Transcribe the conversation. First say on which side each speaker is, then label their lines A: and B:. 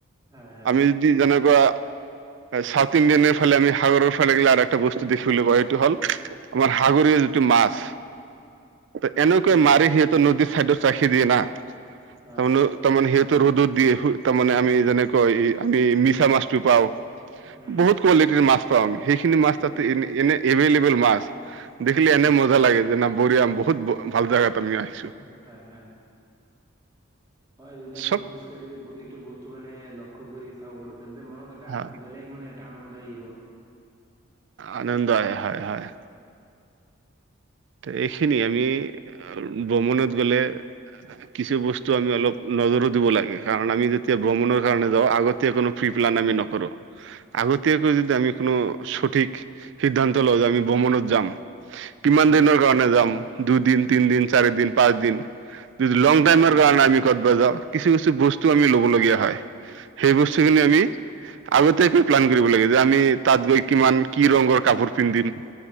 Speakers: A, on the right; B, on the right.
A: হয় হয়
B: আমি যেনেকুৱা চাউথ ইণ্ডিয়ানে ফালে আমি সাগৰৰ ফালে ইগলা আৰু এটা বস্তু দেখিবিলে পোৱা এইটো হল। আমাৰ সাগৰীয় যিটো মাছ ত' এনেকৈ
A: উম
B: মাৰি সিহ নদীৰ চাইডত ৰাখি দিয়ে না তাৰমানে
A: হয়
B: তাৰমানে সিহঁতৰ ৰ'দত দিয়ে তাৰমানে আমি যেনেকৈ আমি মিছা মাছটো পাওঁ।
A: উম
B: বহুত কোৱালিটিৰ মাছ পাওঁ আমি সেইখিনি মাছ
A: উম
B: তাতে এনে এনে এভেইলেবল মাছ। দেখিলে
A: উম
B: এনে মজা লাগে যেনে বঢ়িয়া বহুত ভাল জাগাত আমি আহি
A: উম, হয় - হয়। হয়, যদি আমি
B: চব
A: খোজকাঢ়ি প্ৰতিটো বস্তু মানে লক্ষ্য কৰি চাওঁ পাৰো তেন্তে মনত এটা
B: হয়
A: বেলেগ মানে এটা আনন্দ আহিব।
B: আনন্দ হয় - হয় - হয়। তে এইখিনি আমি ভ্ৰমনত গলে কিছু বস্তু আমি অলপ নজৰো দিব লাগে কাৰণ আমি যেতিয়া
A: উম
B: ভ্ৰমণৰ
A: হয়,
B: কাৰণে যাওঁ আগত তে কোনো ফ্ৰি প্লেন আমি নকৰো আগতিয়াকৈ যদি আমি কোনো সঠিক সিদ্ধান্ত লওঁ যে আমি ভ্ৰমণত যাম কিমান
A: উম
B: দিনৰ কাৰণে যাম দুদিন তিনিদিন চাৰিদিন পাঁচদিন যদিটো লং টাইমৰ
A: উম,
B: কাৰণে আমি ক'টবা যাওঁ কিছু কিছু বস্তু আমি ল'বলগীয়া হয় সেই বস্তুখিনি
A: হয়
B: আমি আগতে একো প্লেন কৰিব লাগে যে আমি তাত গৈ কিমান কি ৰঙৰ কাপোৰ পিন্ধিম।